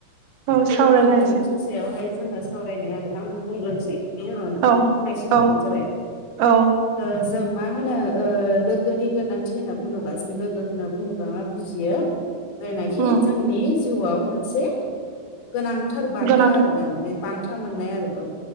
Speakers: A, on the right (about 80°); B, on the left (about 80°).
A: औ
B: लोगोफोरनि
A: सावरायलायनोसै
B: गोनांथिनि सायावहाय जोङो सावरायनो आरो आं बुंग्रोनोसै बेनि उनाव नों नोंथाङा
A: औ
B: एसे बुंबानो
A: औ
B: जाबाय।
A: औ
B: ओ जों मा होनो ओ लोगोनि गोनांथि होनना बुङोबा जों लोगो होनना बुङोब्ला मा बुजियो जायनाखि
A: उम
B: जोंनि जिउआव मोनसे गोनांथार बान्था
A: गोनां
B: आरो ना माने बान्था मोननाय आरो औ